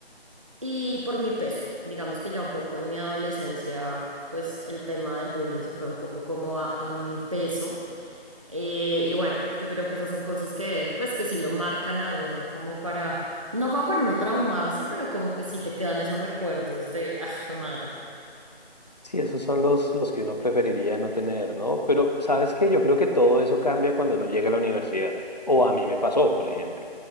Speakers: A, on the right; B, on the left.
A: Y por mi peso, digamos que ya un poco en mi adolescencia, pues el tema del bullying se fue un poco como a, a mi peso. Eh, y bueno, yo creo que esas son cosas que, pues que sí lo marcan a uno, como para, no como para uno traumarse, pero como que sí te quedan esos recuerdos de, ah, fue madre.
B: Sí, esos son los, los que uno preferiría no tener, ¿no? Pero, ¿sabes qué? Yo creo que todo eso cambia cuando uno llega a la universidad, o a mí me pasó, por ejemplo.